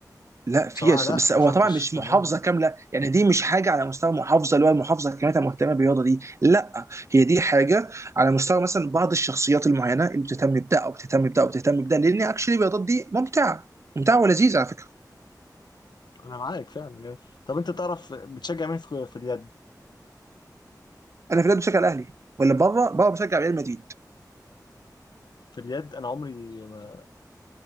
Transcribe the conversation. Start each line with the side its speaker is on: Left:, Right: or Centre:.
Right: لا في
Left: بصراحه
Right: يس-
Left: لا
Right: بس
Left: ما
Right: هو
Left: شفتش
Right: طبعا مش
Left: تمام
Right: محافظه كامله يعني دي مش حاجه على مستوى محافظه اللي هو المحافظه كاملتها مهتمه بالرياضه دي لا هي دي حاجه على مستوى مثلا بعض الشخصيات المعينه اللي بتهتم بده او بتهتم بده او بتهتم بده لان اكشلي الرياضات دي ممتعه ممتعه ولذيذه على فكره
Left: انا معاك فعلا طب انت تعرف بتشجع مين في, في اليد
Right: انا في البلاد بشجع الاهلي ولا بره بره بشجع ريال مدريد
Left: في اليد انا عمري ما,